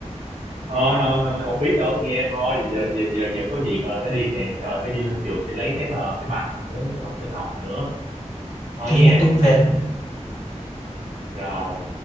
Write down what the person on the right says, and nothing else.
Thôi, thôi, thôi, không biết đâu nha, thôi, giờ giờ giờ giờ có việc rồi, phải đi nè, trời, phải đi lên trường để lấy cái bờ, cái bằng nữa, cái bằng tin học nữa.
Thôi nha,
rồi.